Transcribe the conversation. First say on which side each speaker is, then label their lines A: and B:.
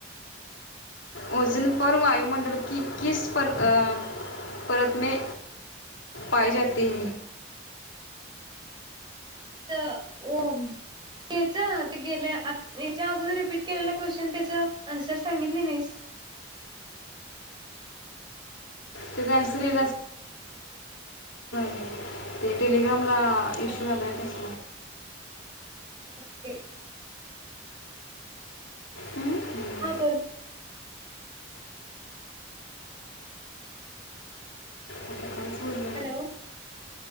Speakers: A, on the left; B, on the right.
A: ओझन परर वायुमंडल क कस परत म पाय जात ह
B: तर याच ते गेल्या याच्या अगोदर रिपीट केलेला क्वेशचन त्याच आन्सर सांगितली नाहीस ह
A: ते लोड व्हायलंय लड ते टग्राम कला इश्यू
B: अच्छा
A: झाला आहे कस
B: नक्ते
A: हम्म.
B: हा बोल
A: आता काहीच बोललं
B: हॅलो